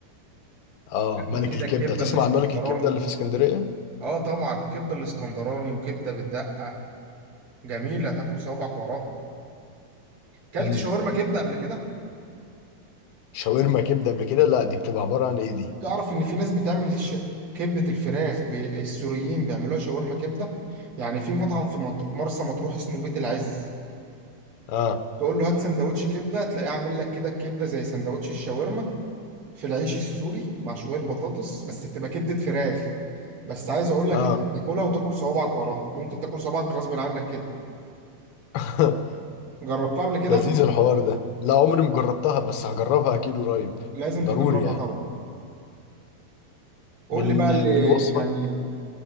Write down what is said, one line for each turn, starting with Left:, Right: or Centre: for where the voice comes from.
Left: اه
Right: تاكل
Left: ملك
Right: كده
Left: الكبدة
Right: الكبده
Left: تسمع
Right: الاسكندراني
Left: عن ملك الكبدة اللي في اسكندرية
Right: اه طبعا كبده الاسكندراني وكبده بالدقه جميله تاكل صوابعك وراها كلت
Left: مم.
Right: شاورما كبده قبل كده
Left: شاورما كبدة قبل كده لا دي بتبقى عبارة عن ايه دي
Right: تعرف ان في ناس بتعمل ش... كبده الفراخ ب... السوريين بيعملوها شاورما كبده يعني في مطعم في مط... مرسى مطروح اسمه بيت العز
Left: اه
Right: تقول له هات سندوتش كبده تلاقيه عامل لك كده الكبده زي سندوتش الشاورما في العيش السوري مع شويه بطاطس بس بتبقى كبده فراخ بس عايز اقول لك
Left: اه
Right: انت بتاكلها وتاكل صوابعك وراها ممكن تاكل صوابعك غصب عنك كده
Left: <laughs>
Right: جربتها قبل كده
Left: لذيذ الحوار ده لا عمري ما جربتها بس هجربها اكيد قريب
Right: لازم
Left: ضروري
Right: تجربها
Left: يعني
Right: طبعا قول
Left: من
Right: لي بقى اللي
Left: من وصفك
Right: يعني